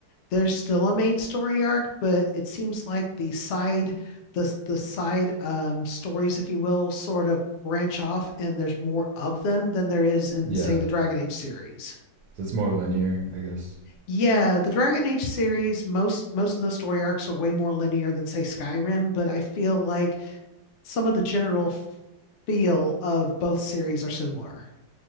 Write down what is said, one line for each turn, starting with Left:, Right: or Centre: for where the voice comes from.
Left: there's still a main story arc, but it seems like the side the the side um stories, if you will, sort of branch off and there's more of them than there is in,
Right: Yeah.
Left: say, the Dragon Age series.
Right: So it's more linear, I guess.
Left: Yeah, the Dragon Age series, most most of the story arcs are way more linear than say Skyrim, but I feel like some of the general f- feel of both series are similar.